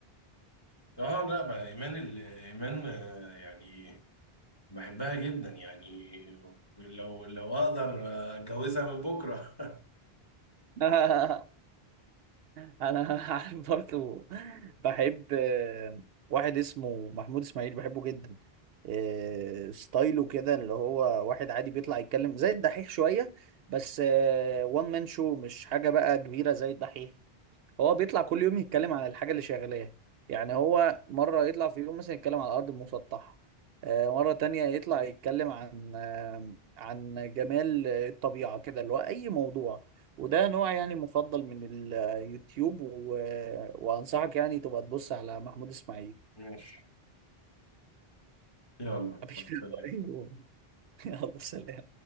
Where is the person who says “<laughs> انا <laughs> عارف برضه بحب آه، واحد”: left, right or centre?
Right